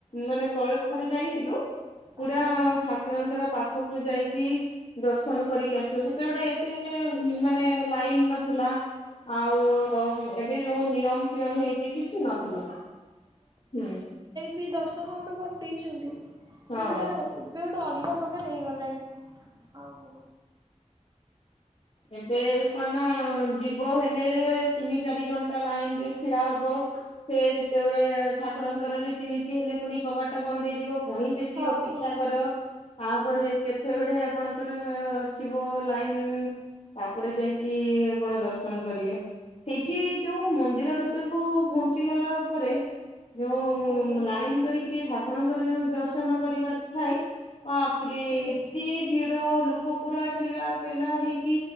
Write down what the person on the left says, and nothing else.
ମାନେ ତଳେ ଥରେ ଯାଇଥିଲୁ ପୁରା
ଠାକୁରଙ୍କର ପାଖ ପାଖକୁ ଯାଇକି ଦର୍ଶନ କରିକି ଆସିବ ସେତେବେଳେ ଏତେ ମାନେ ଲାଇନ ନଥିଲା ଆଉ ଏ ଏବେ ଯୋଉ ନିୟମ ଫିୟମ ହେଇଛି କିଛି ନଥିଲା ହୁଁ।
ହଁ।
ଏବେ କଣ ନା ଯିବ ହେଲେ ତିନି ଚାରି ଘଣ୍ଟା ଲାଇନରେ ଛିଡା ହବ ସେ ଯେତେବେଳେ ଠାକୁରଙ୍କର ରୀତିନୀତି ହେଲେ ପୁଣି କବାଟ ବନ୍ଦ ହେଇଯିବ ପୁଣି ସେଠି
ଅପେକ୍ଷା
କର ଆଉ ତାପରେ କେତେବେଳେ ଆପଣଙ୍କର ଅ ଆସିବ ଲାଇନ ତାପରେ ଯାଇକି ଆପଣ ଦର୍ଶନ କରିବେ। ସେଇଠି ଯୋଉ ମନ୍ଦିର ଭିତରକୁ ପହଞ୍ଚି ଗଲା ପରେ ଯୋଉ
ଉ ଲାଇନ କରିକିରି ଠାକୁରଙ୍କର ଯୋଉ ଦର୍ଶନ କରିବାର ଥାଏ ବାବରେ
ଏତେ ଭିଡ ଲୋକ ପୁରା ଠେଲା ପେଲା ହେଇ କି